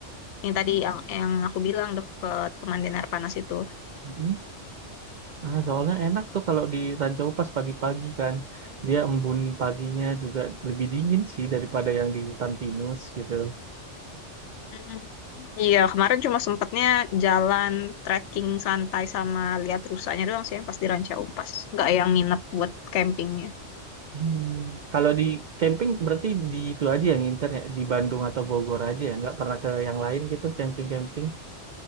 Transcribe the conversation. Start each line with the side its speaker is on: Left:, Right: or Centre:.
Left: yang tadi yang, yang aku bilang deket pemandian air panas itu.
Right: mhm. Ah, soalnya enak tuh kalau di Ranca Upas pagi-pagi kan. Dia embun paginya juga lebih dingin sih daripada yang di hutan pinus gitu.
Left: Mhm. Iya, kemarin cuma sempatnya jalan trekking santai sama lihat rusaknya doang sih yang pas di Ranca Upas. Nggak yang nginep buat camping.
Right: Hmm. Kalau di camping berarti di itu aja yang ngincernya di Bandung atau Bogor aja ya, nggak pernah ke yang lain gitu camping-camping.